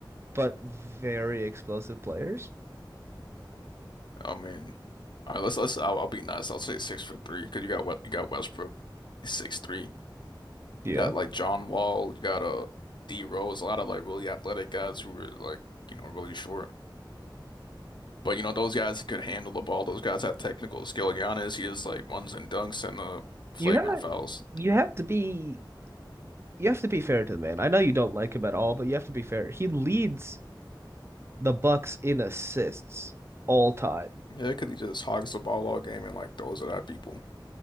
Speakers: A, on the right; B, on the left.
A: but very explosive players?
B: I mean, all right, let's let's. I'll, I'll be nice. I'll say six foot three because you got what you got Westbrook, he's six three.
A: Yeah.
B: Got like John Wall, you got uh D Rose, a lot of like really athletic guys who were like you know really short. But you know those guys could handle the ball. Those guys have technical skill. Giannis, he just like runs and dunks and uh flagrant
A: You have
B: fouls.
A: you have to be you have to be fair to the man. I know you don't like him at all, but you have to be fair. He leads the Bucks in assists all time.
B: Yeah, because he just hogs the ball all game and like throws it at people.